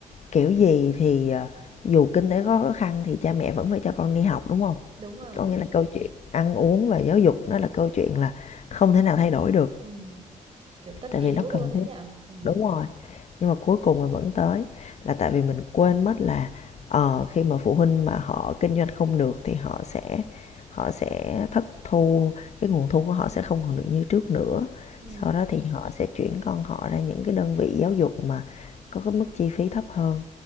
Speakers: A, on the left (about 55°); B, on the right (about 45°).
A: kiểu gì thì à, dù kinh tế có khó khăn thì cha mẹ vẫn phải cho con đi học đúng không
B: Đúng rồi.
A: có nghĩa là câu chuyện ăn uống và giáo dục nó là câu chuyện là không thể nào thay đổi được
B: Ừ, kiểu tất
A: tại
B: yếu
A: vì nó
B: luôn
A: cần
B: đó
A: thiết
B: nhở? Ừ.
A: đúng rồi nhưng mà cuối cùng mà vẫn tới là tại vì mình quên mất là ờ, khi mà phụ huynh mà họ kinh doanh không được thì họ sẽ họ sẽ thất thu cái nguồn thu của họ sẽ không còn được như trước nữa
B: Ừ.
A: sau đó thì họ sẽ chuyển con họ ra những cái đơn vị giáo dục mà có cái mức chi phí thấp hơn